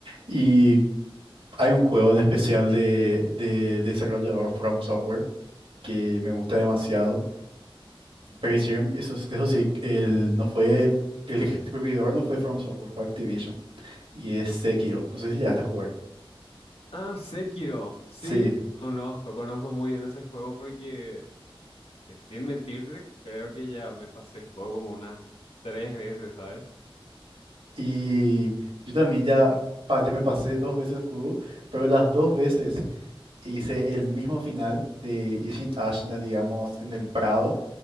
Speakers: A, on the right; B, on the left.
A: Y hay un juego en especial de, de desarrollador From Software que me gusta demasiado. Pero hicieron, eso, eso sí, el, no fue, el distribuidor no fue From Software, fue Activision. Y es Sekiro. No sé si ya a jugar.
B: Ah, Sekiro. Sí,
A: Sí.
B: conozco, conozco muy bien ese juego porque, eh, sin mentirte, creo que ya me pasé el juego como unas tres veces, ¿sabes?
A: Y yo también ya, pa- ya me pasé dos veces el juego, pero las dos veces hice el mismo final de Ishin Ashina, digamos, en el Prado,